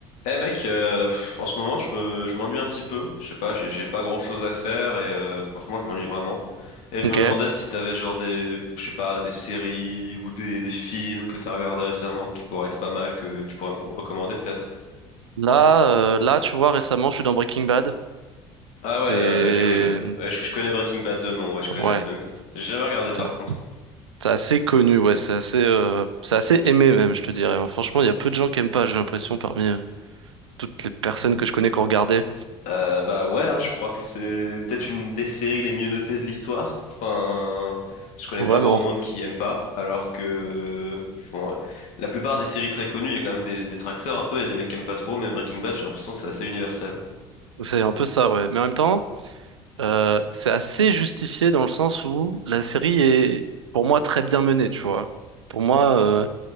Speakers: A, on the left; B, on the right.
A: Eh mec, euh, pff, en ce moment je me, je m'ennuie un petit peu. Je sais pas, j'ai j'ai pas grand chose à faire et euh, franchement je m'ennuie vraiment. Et je
B: Ok.
A: me demandais si t'avais genre des, je sais pas, des séries ou des, des films que t'as regardé récemment qui pourraient être pas mal que tu pourrais me co- recommander peut-être.
B: Là, euh, là, tu vois, récemment, je suis dans Breaking Bad.
A: Ah
B: C'est
A: ouais, euh, ok oui, bah, ouais, je, je connais Breaking Bad de nom, ouais je connais.
B: ouais,
A: Même, j'ai jamais regardé par
B: t'as-
A: contre.
B: c'est assez connu, ouais, c'est assez, euh, c'est assez aimé même, je te dirais. hein. Franchement, il y a peu de gens qui aiment pas, j'ai l'impression, parmi euh, toutes les personnes que je connais qui ont regardé.
A: Euh, bah ouais, hein, je crois que c'est peut-être une des séries les mieux notées de l'histoire. Enfin, je connais
B: Vraiment,
A: pas grand monde qui aime pas, alors que bon, la plupart des séries très connues, il y a quand même des détracteurs un peu, il y a des mecs qui aiment pas trop, mais Breaking Bad, j'ai l'impression que c'est assez universel.
B: c'est un peu ça, ouais. Mais en même temps, euh, c'est assez justifié dans le sens où la série est, pour moi, très bien menée, tu vois. Pour moi. euh,